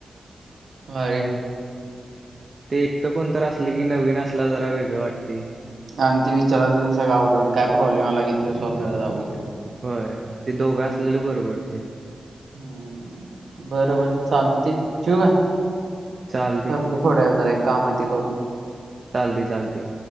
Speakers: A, on the right; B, on the right.
A: अरे
B: ते एकटं कोणतर असले की नवीन असला जरा वेगळं वाटतय
A: आणि ते विचाराचचा गावकड काय प्रॉब्लेम आला क त सॉल्व करायचा आवगड
B: होय ते दोघं असलेल बरं पडतंय
A: हम्म बरबर चालते ठिव काय
B: चालते
A: करतो थोड्या जरा एक काम हाय ते करून
B: चालतय, चालतय